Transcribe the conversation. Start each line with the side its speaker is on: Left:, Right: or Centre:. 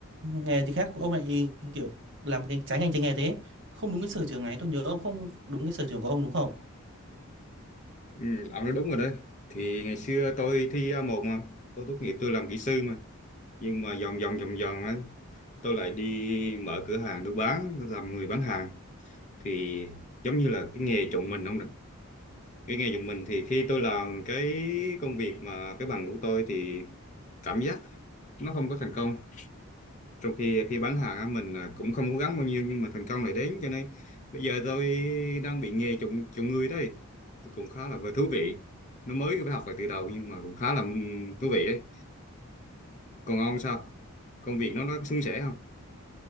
Right: nghề gì khác ông lại kiểu làm cái trái ngành trái nghề thế? Không đúng cái sở trường này. Tôi nhớ ông không đúng cái sở trường của ông đúng không?
Left: Ừ, ông nói đúng rồi đấy. Thì ngày xưa tôi thi A1 mà, tôi tốt nghiệp tôi làm kỹ sư mà. Nhưng mà vòng vòng vòng vòng ấy, tôi lại đi mở cửa hàng tôi bán, tôi làm người bán hàng thì giống như là cái nghề chọn mình không được cái nghề chọn mình thì khi tôi làm cái công việc mà cái bằng của tôi thì cảm giác nó không có thành công trong khi khi bán hàng á, mình à, cũng không cố gắng bao nhiêu nhưng mà thành công lại đến cho nên bây giờ tôi đang bị nghề chọn chọn người đấy thì cũng khá là vừa thú vị nó mới phải học lại từ đầu nhưng mà cũng khá là ừm, thú vị ấy còn ông sao công việc nó nó suôn sẻ không